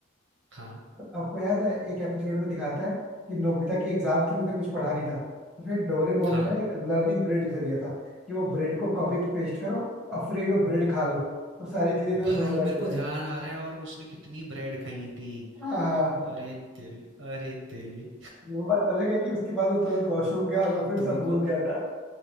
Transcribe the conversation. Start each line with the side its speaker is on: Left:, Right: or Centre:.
Right: हाँ
Centre: आपको याद है एक एपिसोड में दिखाता है कि नोबिता की एग्जाम थी उसने कुछ पढ़ा नहीं था तो फिर डोरेमोन
Right: हाँ
Centre: ने ना एक लर्निंग ब्रेड उसे दिया था कि वो ब्रेड को कॉपी पे पेस्ट करो और फिर वो ब्रेड खा लो तो सारी चीजें तुम्हें
Right: भाई
Centre: मेमोराइज
Right: मेरे
Centre: हो
Right: को
Centre: जाएंगी
Right: ध्यान आ रहा है और उसने कितनी ब्रेड खाई थी
Centre: हाँ हाँ
Right: अरे तेरे अरे तेरे
Centre: वो बात अलग है कि उसके बाद वो तुरंत वॉशरूम
Right: हाँ,
Centre: गया और वो फिर
Right: तुमको
Centre: सब भूल गया था